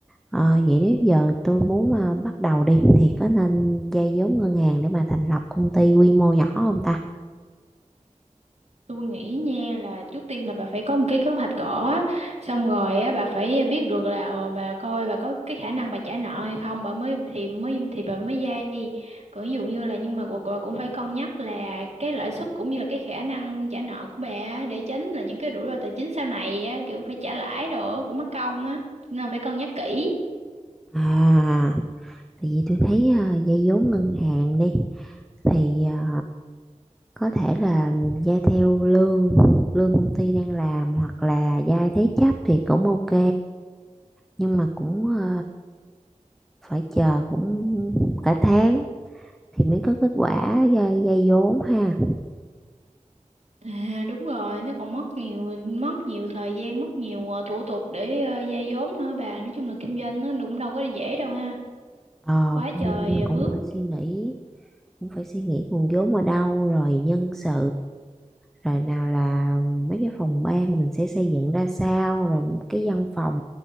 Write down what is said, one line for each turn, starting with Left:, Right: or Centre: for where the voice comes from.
Centre: ờ, vậy nếu giờ tôi muốn à, bắt đầu đi thì có nên vay vốn ngân hàng để mà thành lập công ty quy mô nhỏ không ta
Right: Tôi nghĩ nha là trước tiên là bà phải có một cái kế hoạch cỏ á. xong rồi á bà phải biết được là ờ, bà coi bà có cái khả năng bà trả nợ hay không bà mới thì mới thì bà mới vay còn ví dụ như là nhưng mà bà, bà cũng phải cân nhắc là cái lãi suất cũng như là cái khả năng trả nợ của bà á, để tránh là những cái rủi ro tài chính sau này á, kiểu phải trả lãi đồ á, cũng mất công á nên là phải cân nhắc kỹ
Centre: à tại vì tôi thấy à, vay vốn ngân hàng đi thì à, có thể là gia theo lương lương công ty đang làm hoặc là gia thế chấp thì cũng ok nhưng mà cũng ờ, phải chờ cũng cả tháng thì mới có kết quả gia, gia vốn ha
Right: À đúng rồi, nó còn mất nhiều mất nhiều thời gian, mất nhiều ờ, thủ tục để ờ, vay vốn nữa bà. Nói chung là kinh doanh nó cũng đâu có dễ đâu ha.
Centre: ờ
Right: quá
Centre: kinh
Right: trời à,
Centre: cũng
Right: bước
Centre: phải suy nghĩ cũng phải suy nghĩ nguồn vốn ở đâu rồi nhân sự rồi nào là mấy cái phòng ban mình sẽ xây dựng ra sao rồi cái văn phòng